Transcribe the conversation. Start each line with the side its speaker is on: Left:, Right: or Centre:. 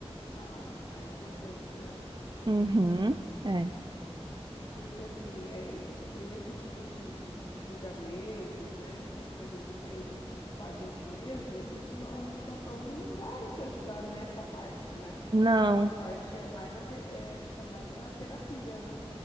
Left: Ah, tá, é importante, né?
Right: Uhum, é.
Left: Porque, assim, é que nem esses tipos de, de, de julgamentos, né, que a gente tem com a gente mesmo, isso não- a medicação não vai te ajudar nessa parte, né?
Right: Não.
Left: Essa parte é mais a te- é, fica mais para terapia, né?